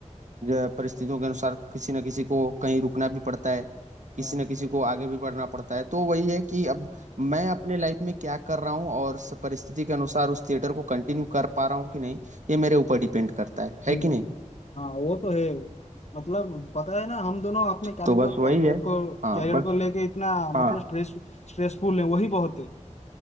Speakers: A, on the right; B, on the left.
A: जो परिस्थितियों के अनुसार किसी न किसी को कहीं रुकना भी पड़ता है किसी
B: हाँ
A: न किसी को आगे भी बढ़ना पड़ता है तो वही है कि अब मैं अपने लाइफ में क्या कर रहा हूँ और स- परिस्थिति के अनुसार उस थिएटर को कंटिन्यू कर पा रहा हूँ कि नहीं ये मेरे ऊपर डिपेंड करता है है
B: हम्म
A: कि नहीं
B: हाँ वो तो है मतलब पता है ना हम दोनों अपने कैरियर
A: तो बस
B: को
A: वही
B: कैरियर
A: है
B: को
A: हाँ
B: कैरियर
A: बस
B: को लेके इतना
A: हाँ
B: मतलब स्ट्रेस स्ट्रेसफुल है वही बहुत है